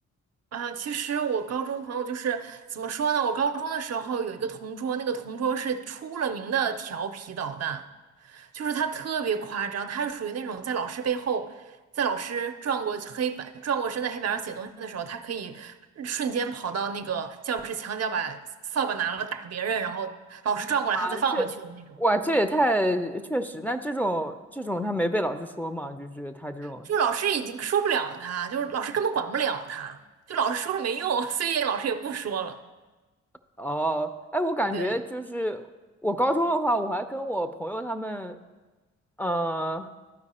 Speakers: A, on the right (about 55°); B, in the centre.
A: 啊，其实我高中朋友就是怎么说呢？我高中的时候有一个同桌，那个同桌是出了名的调皮捣蛋。就是他特别夸张，他是属于那种在老师背后，在老师转过黑板、转过身在黑板上写东西的时候，他可以瞬间跑到那个教室墙角，把扫把拿了打别人，然后老师转过来，
B: 啊，
A: 他再放回去的那种。
B: 这哇，这也太确实。那这种这种他没被老师说嘛？就是他这种
A: 就老师已经说不了他，就是老师根本管不了他，就老师说了没用，<laughs> 所以老师也不说了。
B: 哦，哎，我感觉就是我高中的话，
A: 对，
B: 我还跟我朋友他们呃，